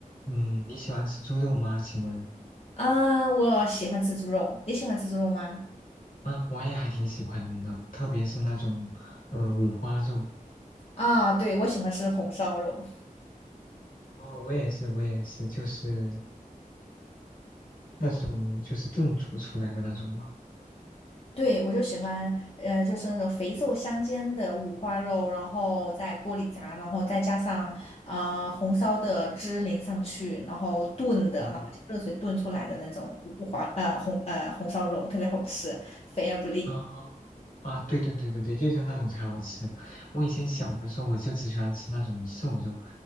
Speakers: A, on the left; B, on the left.
A: 嗯，你喜欢吃猪肉吗？请问
B: 啊，我喜欢吃猪肉，你喜欢吃猪肉吗？
A: 啊，我也还挺喜欢的，特别是那种呃五花肉。
B: 啊，对，我喜欢吃红烧肉，
A: 哦，我也是，我也是，就是那种就是炖煮出来的那种吧。
B: 对，我就喜欢，呃，就是那种肥瘦相间的五花肉，然后在锅里炸，然后再加上啊、呃红烧的汁淋上去，然后炖的，
A: 哦
B: 然后加热水炖出来的那种五花呃红呃红烧肉，特别好吃，肥而不腻。
A: 啊啊，对对对对对，就是那种才好吃。我以前小的时候，我就只喜欢吃那种瘦肉，